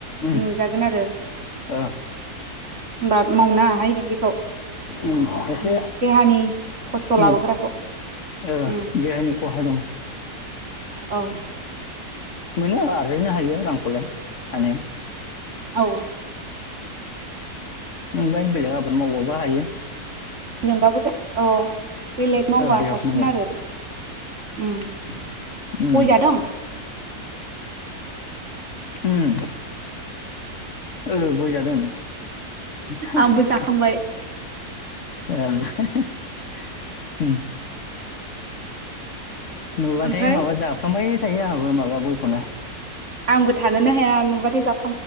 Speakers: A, on the left (about 55°); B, on the right (about 50°).
A: उम
B: नुजागोन आरो
A: ओ
B: होनबा मावनाहाय बिदि खौ
A: उम एसे
B: ओम देहानि खस्थ'
A: उम
B: लाबोग्राखौ
A: ओ
B: उम
A: देहानि खहा दं।
B: औ।
A: मोनो आरैनो हायो रांखौलाय हानाया
B: औ।
A: ओमबाय बेलेग आबाद मावबाबो हायो।
B: जोंबाबोथ' औ बेलेग मावबा
A: ओ देहाखौ
B: साबसिन
A: नांगोन
B: आरो। ओम गय
A: उम
B: जादों आं।
A: ओम औ गयजादों। <unintelligible>
B: आंबो जाखांबाय
A: ओम नुबाथाय
B: ओमफ्राय
A: माबा जाफ्लांबाय थायो आंहाबो माबा गयखौनो।
B: आंबो थानोनो हाया नुबाथाय जा